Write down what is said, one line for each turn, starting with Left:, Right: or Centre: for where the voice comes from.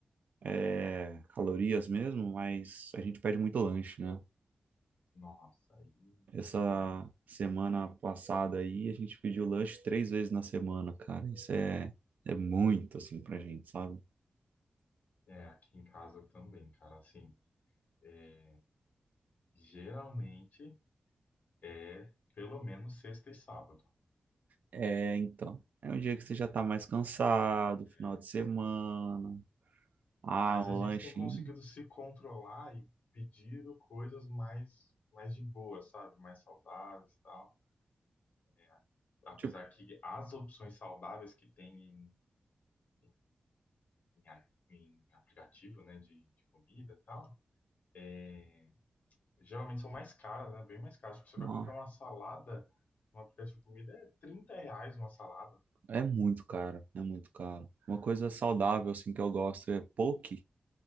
Right: é, calorias mesmo, mas a gente pede muito lanche, né?
Left: nossa, aí,
Right: Essa
Left: aí vai, né?
Right: semana passada aí, a gente pediu lanche três vezes na semana, cara. Isso é, é muito, assim, pra gente, sabe?
Left: É, aqui em casa também, cara, assim, é, geralmente é pelo menos sexta e sábado.
Right: É, então. É um dia que você já tá mais cansado,
Left: É,
Right: final de semana. Ah,
Left: Mas
Right: o
Left: a gente
Right: lanchinho.
Left: tem conseguido se controlar e pedido coisas mais, mais de boa, sabe? Mais saudáveis e tal. É, apesar
Right: Tipo,
Left: que as opções saudáveis que tem em, em, em a- em aplicativo, né, de, de comida e tal, é, geralmente são mais caras, né? Bem mais caras. Tipo, você
Right: não,
Left: vai comprar uma salada no aplicativo de comida, é 30 reais uma salada.
Right: é muito caro, é muito caro. Uma coisa saudável, assim, que eu gosto é poke,